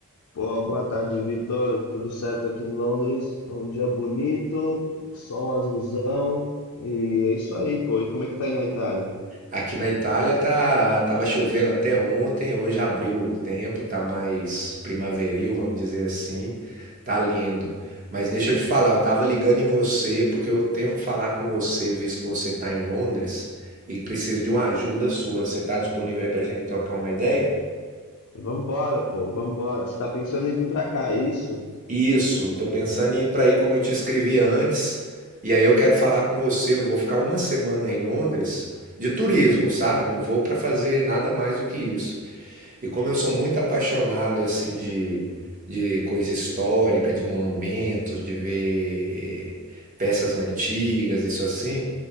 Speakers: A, on the left; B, on the right.
A: Pô, boa tarde, Vitor. Tudo certo aqui em Londres? É um dia bonito, sol azulzão, e é isso aí, pô. E como é que tá aí na Itália?
B: Aqui na Itália tá, tava chovendo até ontem, hoje abriu o tempo, tá mais primaveril, vamos dizer assim. Tá lindo. Mas deixa eu te falar, eu tava ligando em você porque eu tenho que falar com você, visto que você tá em Londres e preciso de uma ajuda sua. Você tá disponível aí pra gente trocar uma ideia?
A: Vambora, pô, vambora. Você tá pensando em vir pra cá, é isso?
B: Isso, tô pensando em ir para aí como eu te escrevi antes. E aí eu quero falar com você. Eu vou ficar uma semana em Londres de turismo, sabe? Não vou para fazer nada mais do que isso. E como eu sou muito apaixonado assim de de coisa histórica, de monumentos, de ver peças antigas, isso assim,